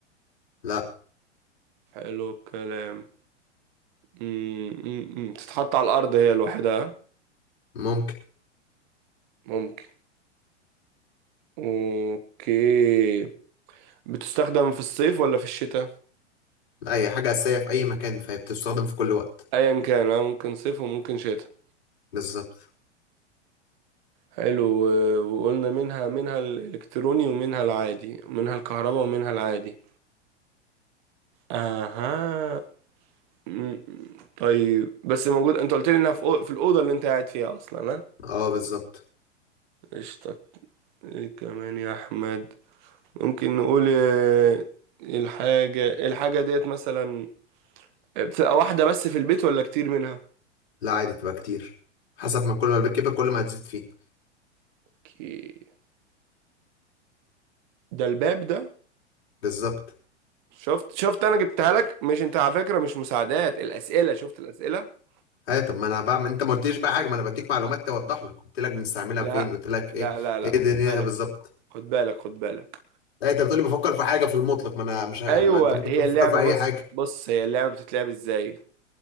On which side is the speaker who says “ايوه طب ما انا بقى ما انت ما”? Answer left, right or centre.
Left